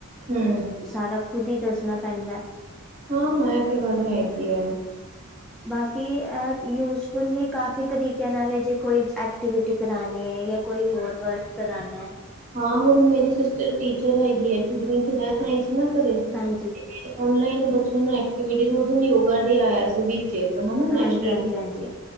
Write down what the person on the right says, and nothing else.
ਹੂੰ।
ਹਾਂ ਇਹ ਤੇ ਗੱਲ ਹੈਗੀ ਏ।
ਹਾਂ ਹੁਣ ਮੇਰੀ ਸਿਸਟਰ ਟੀਚਰ ਹੈਗੀ ਹੈ ਛੁੱਟੀਆਂ ਚ ਰਹਿਣ ਆਈ ਸੀ ਨਾ ਘਰੇ।
ਔਨਲਾਈਨ ਬੱਚਿਆਂ ਨੂੰ ਐਕਟੀਵਿਟੀ ਉਸ ਦਿਨ ਯੋਗਾ ਡੇ ਆਇਆ ਸੀ ਵਿੱਚ ਹਨਾ
ਨੈਸ਼ਨਲ